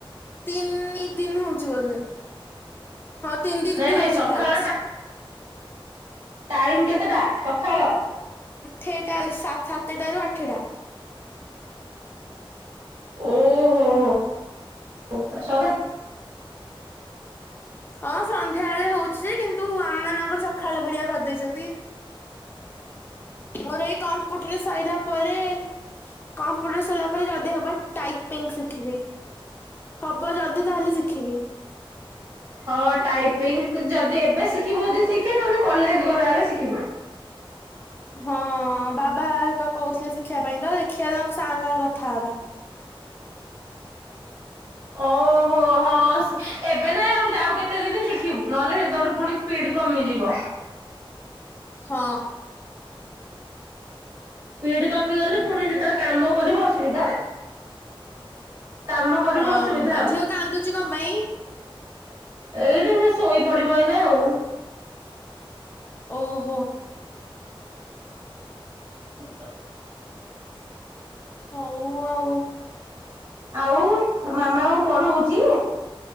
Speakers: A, on the left; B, on the right.
A: ତିନି ଦିନ ହଉଛି ବୋଧେ। ହଁ ତିନି ଦିନ
B: ନାଇଁ ନାଇଁ
A: ହଉଛି
B: ସକାଳ
A: କ୍ଲାସ।
B: ଟା ଟାଇମ କେତେଟା ସକାଳ।
A: ଥେଟା ସାତ ସାତଟାରୁ ଆଠଟା।
B: ଓହୋ ହୋ ସକା
A: ହଁ ସନ୍ଧ୍ୟା ବେଳେ ହଉଛି ଯେ କିନ୍ତୁ ଆମ ମାନଙ୍କର ସକାଳ ପଡିଆ କରିଦେଇଛନ୍ତି।
B: ହ
A: ମୋର ଏଇ କମ୍ପ୍ୟୁଟର ରେ ସରିଲା ପରେ କମ୍ପ୍ୟୁଟର ସରିଲା ପରେ ଯଦି ହବା ଟାଇପିଙ୍ଗ ଶିଖିବି। ହବ ଯଦି ତାହେଲେ ଶିଖିବି।
B: ହଁ ଟାଇପିଙ୍ଗ ଯଦି ଏବେ ଶିଖିବୁ ଯଦି ଶିଖେ ନହେଲେ କଲେଜ ଗଲାବେଳେ ଶିଖିବୁ।
A: ହଁ ବାବା ହେରିକା କହୁଥିଲେ ଶିଖିବା ପାଇଁ ତ ଦେଖିଆ ତାଙ୍କ ସାରଙ୍କ ସାଙ୍ଗେ କଥା ହବା।
B: ହ ଓହୋ ହୋ ଏବେ ହଁ ଏଵେ ନାଇଁ ଆଉ ଯାଉ କେତେ ଦିନି ଶିଖିବୁ ନହେଲେ ସେର ପୁଣି ସ୍ପିଡ କମିଯିବ।
A: ହଁ।
B: ପିଡ କମି ଗଲେ ପୁଣି ଯେତେବେଳେ କାମ କରିବୁ ଅସୁବିଧା ହବ। କାମ କରିବୁ
A: ହଁ
B: ଅସୁବିଧା ହବ
A: ଆଉ ଝିଅ କାନ୍ଦୁଛି କଣ ପାଇଁ?
B: ଏଇଠି ସେ ଶୋଇପଡିବ ଏଇନା ଆଉ।
A: ଓହୋ।
B: <inaudible>
A: ହଉ ଆଉ
B: <inaudible> ଆଉ ମାମା କଁ ପଢ଼ୋଉଛି।